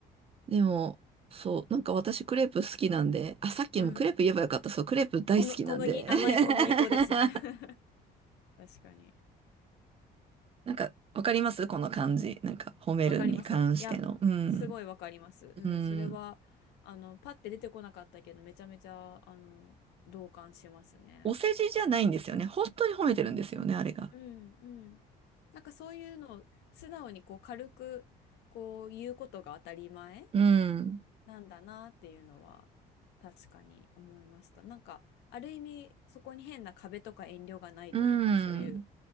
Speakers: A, on the right; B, on the left.
A: でも、そう。なんか私クレープ好きなんで。あ、さっきもクレープ言えばよかった。
B: うん。
A: そう。クレープ大好きなんで。
B: 小む、小麦、甘い小麦粉ですね
A: <laughs>
B: <laughs> 確かに。
A: なんか、わかりますこの感じ。なんか、褒めるに関しての。
B: わかります。いや、
A: うん。
B: すごいわかります。うん、
A: うん。
B: それは、あの、パッて出てこなかったけど、めちゃめちゃ、あの、同感しますね。
A: お世辞じゃないんですよね。本当に褒めてるんですよね、あれが。
B: うん、うん。なんかそういうのを素直にこう軽くこう言うことが当たり前
A: うん。
B: なんだなっていうのは確かに思いました。なんかある意味そこに変な壁とか遠慮がないというかそういう
A: うん。